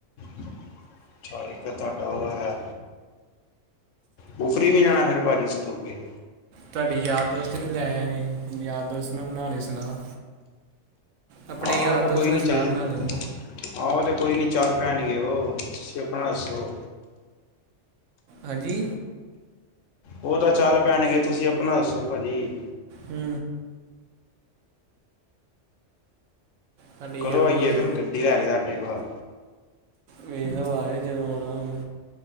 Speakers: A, on the left (about 85°); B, on the right (about 85°).
A: ਅੱਛਾ ਇੱਕ ਤੁਹਾਡਾ ਉਹ ਹੈ। ਕੁਫਰੀ ਨੀ ਜਾਣਾ ਫੇਰ ਪਾਜੀ ਇਸ ਤੋ ਅੱਗੇ।
B: ਤੁਹਾਡੀ ਯਾਰ ਦੋਸਤ ਵੀ ਲੈ ਜਾ ਗੇ ਯਾਰ ਦੋਸਤ ਨੂੰ ਬਣਾ ਲਈ ਸਲਾਹ। ਆਪਣੇ
A: ਆਂ
B: ਯਾਰ
A: ਤਾਂ
B: ਦੋਸਤ
A: ਕੋਈ
B: ਨਾਲ
A: ਨੀ
B: ਸਲਾਹ
A: ਚਲੀਏ।
B: ਬਣਾ ਲਿਓ
A: ਆਹ ਉਹ ਤੇ ਕੋਈ ਨੀ ਚਲ ਪੈਣਗੇ ਉਹ ਤੁਸੀਂ ਆਪਣਾ ਦੱਸੋ।
B: ਹਾਂਜੀ।
A: ਉਹ ਤਾਂ ਚਲ ਪੈਣਗੇ, ਤੁਸੀਂ ਆਪਣਾ ਦੱਸੋ ਭਾਜੀ।
B: ਹੂ। ਸਾਡੇ
A: ਕਦੋਂ
B: ਯਾਰ
A: ਆਈਏ
B: ਦੋਸਤ
A: ਫਿਰ ਗੱਡੀ ਲੈ ਕੇ ਤੁਹਾਡੇ ਘਰ।
B: ਵੇਖਲੋ ਆਏ, ਜੇ ਦੋਂ ਆਉਣਾ।